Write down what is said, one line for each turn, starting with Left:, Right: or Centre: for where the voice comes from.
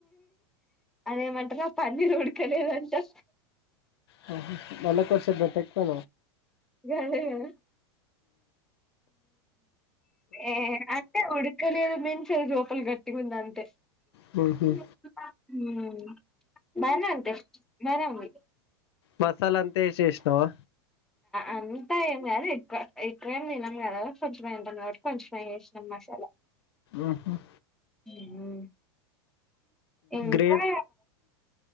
Centre: అదేమంటారు పన్నీర్ ఉడకలేదంటా
Left: <unintelligible> నలకు వర్స బెట్టక్నా
Centre: గదే గదా ఏ అట్టే ఉడు లేదు <unintelligible> మించది చూపల గట్టిగా ఉంది అంతే
Left: హు హమ్
Centre: ఉం బానే వుంటే బానే వుంది
Left: మసాల అంతా వేసేసినవా
Centre: అంతా ఏం కాదు ఎక్కువ ఎక్కువేం తినం కదా కొంచెంమ తింటాం కాబట్టి కొంచెమే వేసినాం మసాలా
Left: ఆహ <unintelligible>
Centre: హు హమ్ ఇంకా
Left: గ్రేవీ